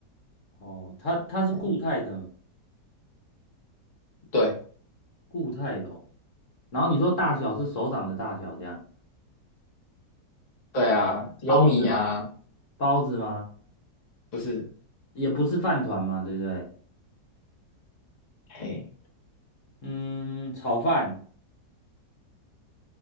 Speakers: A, on the left; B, on the left.
A: 哦，它它是固态的，
B: 哎，对
A: 固态的哦。然后你说大小是手掌的大小这样，
B: 对啊，有米啊，
A: 包子吗？包子吗？
B: 不是，
A: 也不是饭团嘛，对不对？
B: 哎
A: 嗯，炒饭、